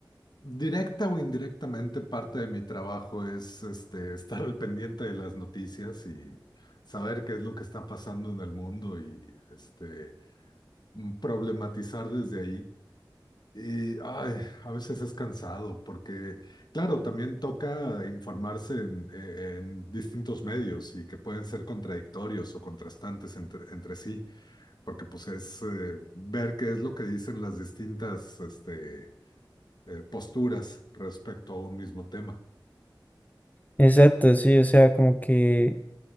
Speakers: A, on the left; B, on the left.
A: Directa o indirectamente, parte de mi trabajo es este, estar al pendiente de las noticias y saber qué es lo que está pasando en el mundo y este, mm, problematizar desde ahí. Y ay, a veces es cansado porque, claro, también toca informarse en, eh, en distintos medios y que pueden ser contradictorios o contrastantes entre, entre sí, porque pues es eh, ver qué es lo que dicen las distintas, este, eh, posturas respecto a un mismo tema.
B: Exacto, sí, o sea, como que